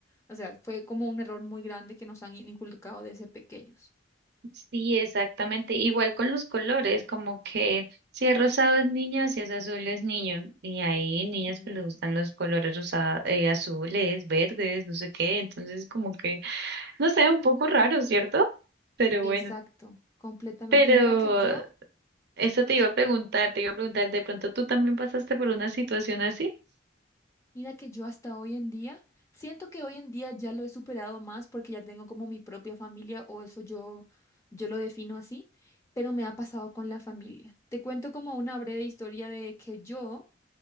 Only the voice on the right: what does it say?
Sí, exactamente. Igual con los colores, como que si es rosado es niña, si es azul es niño. Y hay niñas
que les gustan los colores rosa- eh, azules, verdes, no sé qué. Entonces, como que, no sé, un poco raro, ¿cierto? Pero
bueno.
Pero
eso te iba a preguntar, te iba a preguntar, ¿de pronto tú también pasaste por una situación así?